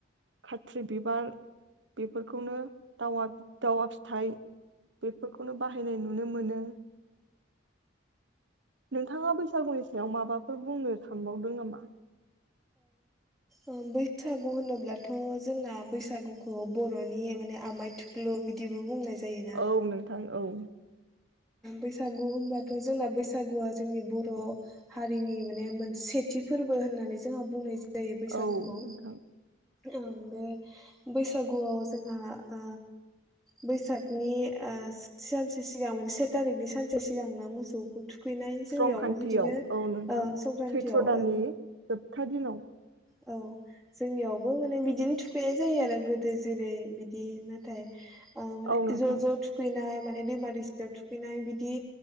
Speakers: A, on the right (about 70°); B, in the centre.
A: खाथ्रि बिबार बेफोरखौनो दावा दावा फिथाइ बेफोरखौनो बाहायनाय नुनो मोनो नोंथाङा बैसागुनि सायाव माबाफोर बुंनो सांनबावदों नामा?
B: ओं बैसागु होनोब्लाथ' जोंना बैसागुखौ बर'नि माने आमाइ थुख्लु बिदिबो बुंनाय जा जायोना
A: औ नोंथां औ
B: बैसागु होनबाथ' जोंना बैसागुआ जोंनि बर' हारिनि माने मोनसे सेथि फोरबो होननानै जोंहा बुंनाय जायो जायो बैसागु
A: औ
B: गौ
A: नोंथां
B: ओं बे बैसागुआव जोंहा आ बैसागनि आ सानसे सिगां से थारिखनि सानसे सिगांनो मोसौ गुथु गैनाय जोंनियावबो
A: स्रंखान्थियाव
B: बिदिनो
A: नोंथां
B: औ संक्रान्तियाव
A: सैथ्र' दाननि जोबथा दिनाव
B: औ औ जोंनियाव बो मे बिदिनो थुखैनाय जायो आरो गोदो जेरै बिदि नाथाय आ माने
A: औ नोंथां
B: ज ज थुखैनाय माने दैमा दैसियाव थुखैनाय बिदि